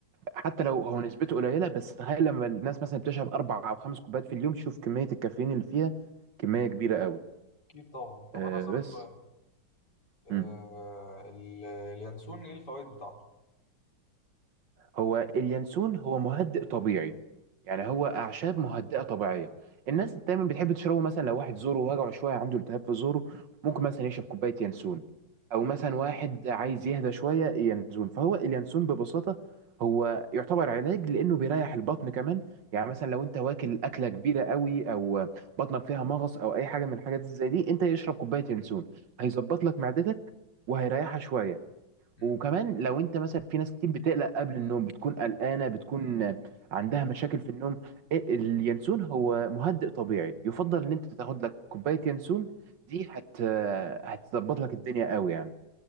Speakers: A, on the right; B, on the left.
A: حتى لو هو نسبته قليلة بس تخيل لما الناس مثلا بتشرب اربع او خمس كوبايات في اليوم شوف كمية الكافيين اللي فيها كمية كبيرة قوي
B: اكيد طبعا طب
A: آه
B: انا اسالك
A: بس
B: سؤال آه
A: آه.
B: ال- اليانسون ايه الفوائد بتاعته
A: هو اليانسون هو مهدئ طبيعي يعني هو اعشاب مهدئه طبيعيه الناس دايما بتحب تشربه مثلا لو واحد زوره وجعه شويه عنده التهاب في زوره ممكن مثلا يشرب كوبايه ينسون او مثلا واحد عايز يهدى شويه ينسون فهو اليانسون ببساطه هو يعتبر علاج لانه بيريح البطن كمان يعني مثلا لو انت واكل اكله كبيره قوي او بطنك فيها مغص او اي حاجه من الحاجات زي دي انت يشرب كوبايه ينسون هيظبط لك معدتك وهيريحها شويه
B: امم
A: وكمان لو انت مثلا في ناس كتير بتقلق قبل النوم بتكون قلقانه بتكون عندها مشاكل في النوم ايه اليانسون هو مهدئ طبيعي يفضل ان انت تاخد لك كوبايه يانسون دي هت هتظبط لك الدنيا قوي يعني